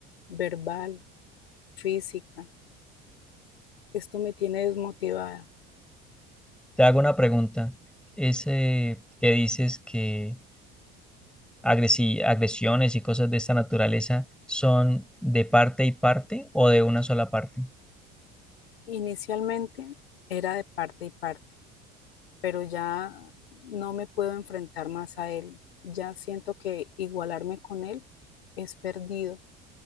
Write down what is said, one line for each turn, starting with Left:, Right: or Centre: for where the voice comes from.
Left: verbal, física. Esto me tiene desmotivada.
Centre: Te hago una pregunta. Ese que dices que agresi- agresiones y cosas de esta naturaleza son de parte y parte o de una sola parte.
Left: Inicialmente era de parte y parte. pero ya no me puedo enfrentar más a él. Ya siento que igualarme con él es perdido